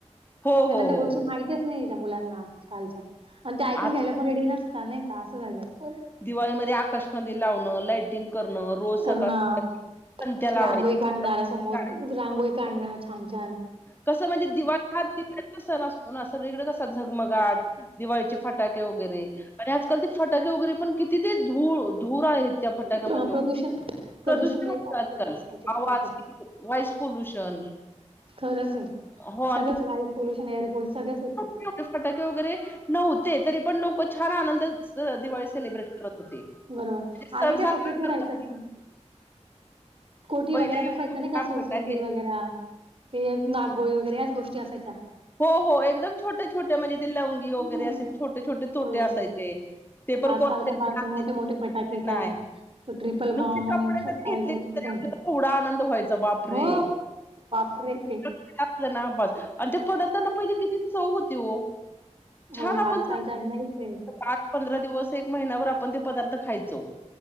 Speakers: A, on the left (about 15°); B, on the right (about 50°).
A: हो
B: त्यांना
A: हो
B: त्या
A: हो
B: गोष्टी माहितीच नाही त्या मुलांना आजकालच्या. आणि ते ऐकून
A: आज
B: घ्यायला पण, रेडी नसतात. नाही का? असं झालंय.
A: दिवाळीमध्ये आकाश कंदील लावणं, लाइटिंग करणं रोज सकाळ
B: करणं,
A: संध्याकाळी पणत्या लावायची
B: रांगोळी काढणं, दारासमोर रांगोळी काढणं, छान छान.
A: कसं? म्हणजे दिवाळी हा दिव्यांचा सण असतो ना. सगळीकडे कसं? झगमगाट. दिवाळीचे फटाके वगैरे आणि आजकाल ते फटाके वगैरे पण किती ते धू धूर आहेत. त्या फटाक्यामध्ये
B: प्र
A: होते
B: प्रदूषण
A: प्रदूषण
B: वगैरे
A: होतय.
B: असतात
A: आजकाल,
B: आजकालचे
A: आवाज
B: फटाके.
A: वॉइस पोल्युशन.
B: खरंच आहे
A: हो आणि
B: सगळंच वायू पोल्युशन एअर पोल्युशन सगळंच होतं.
A: <unintelligible> फटाके वगैरे नव्हते तरी पण लोकं छान आनंद स दिवाळी सेलिब्रेट करत होते
B: बरोबर
A: म्हणजे
B: की आली
A: सण
B: काय?
A: साजरा
B: फक्त इथे
A: करत
B: राहायचं
A: होते
B: अस. कोठी
A: पहिले
B: वगैरे
A: एवढे
B: तसा, यचं ना कासरसुंदी
A: फटाके
B: वगैर. ते नागोळी वगैरे ह्याच, गोष्टी असायच्या.
A: हो हो.. एकदम छोटे छोटे म्हणजे ते लवंगी. वगैरे
B: हं.
A: असे छोटे छोटे तोटे
B: बरोबर.
A: असायचे. ते पण
B: आजकाल
A: कोणा
B: तर
A: <unintelligible>
B: फार ते मोठे-मोठे फटाके
A: नाय.
B: काय, तो ट्रिपल
A: नुकतीच
B: बॉम्ब
A: कपडे
B: आणि
A: जरी
B: काय
A: घेतले
B: तो
A: तरी,
B: एकदम
A: आपल्याला केवडा आनंद व्हायचा, बाप रे.
B: हो, <unintelligible>
A: हाना ना बस आणि त्या, पदार्थांना पहिले किती चव होती ओ.
B: हो,
A: छान आपण
B: आजकालच्या नाहीच आहे.
A: आठ पंधरा दिवस, एक महिन्यावर आपण ते पदार्थ खायचो.